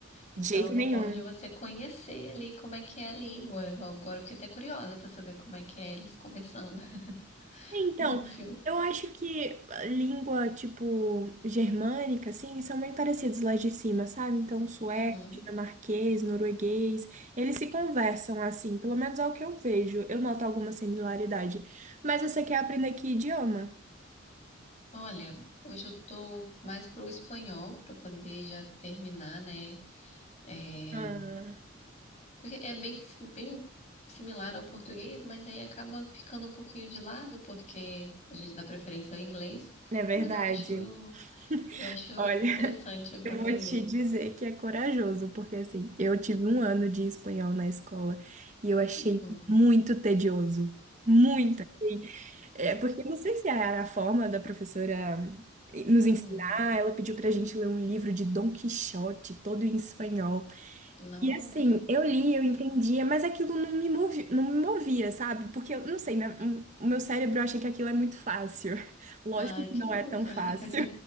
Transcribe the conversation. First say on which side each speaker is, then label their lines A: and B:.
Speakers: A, on the left (about 35°); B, on the right (about 35°).
A: Então
B: De jeito
A: é uma
B: nenhum.
A: forma de você conhecer ali como é que é a língua. Agora eu fiquei até curiosa para saber como é que é eles conversando <laughs>
B: É, Então,
A: em um filme.
B: eu acho que a língua, tipo, germânica, assim, são bem parecidos lá de cima, sabe? Então, sueco,
A: Uhum.
B: dinamarquês, norueguês, eles se conversam assim, pelo menos é o que eu vejo. Eu noto alguma similaridade. Mas você quer aprender que idioma?
A: Olha, hoje eu tô mais pro espanhol para poder já terminar, né? É,
B: Ah,
A: Porque é bem, si- bem similar ao português, mas aí acaba ficando um pouquinho de lado, porque a gente dá preferência ao inglês,
B: é verdade.
A: mas eu acho,
B: <laughs>
A: eu acho
B: Olha.
A: interessante para
B: Eu
A: aprender.
B: vou te dizer que é corajoso, porque assim, eu tive um ano de espanhol na escola e eu achei
A: Uhum,
B: muito tedioso. Muito, assim. É, porque eu não sei se era a forma da professora eh, nos
A: uhum.
B: ensinar, ela pediu pra gente ler um livro de Dom Quixote, todo em espanhol.
A: Nossa,
B: E assim, eu li, eu entendia, mas aquilo não me movi, não me movia, sabe? Porque eu não sei, né? O o meu cérebro acha que aquilo é muito fácil. <laughs> Lógico
A: ai,
B: que
A: que
B: não
A: bom.
B: é tão
A: <laughs>
B: fácil.